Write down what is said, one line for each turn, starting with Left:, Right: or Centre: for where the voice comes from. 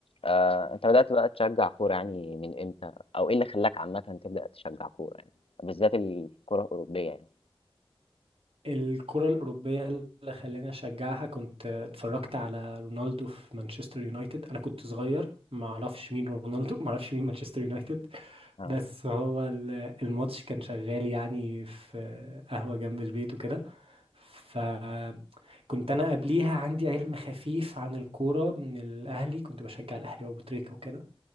Left: آه، انت بدأت بقى تشجع كورة يعني من امتى او ايه اللي خلاك عامة تبدأ تشجع كورة يعني بالذات الكورة الأوروبية يعني
Right: الكرة الأوروبية اللي خلاني أشجعها كنت اتفرجت على رونالدو في مانشستر يونايتد أنا كنت صغير ما أعرفش مين رونالدو ما أعرفش مين مانشستر يونايتد
Left: اه
Right: بس هو ال- الماتش كان شغال يعني في قهوة جنب البيت وكده فكنت أنا قبليها عندي علم خفيف عن الكورة من الأهلي كنت بشجع الأهلي وأبو تريكة وكده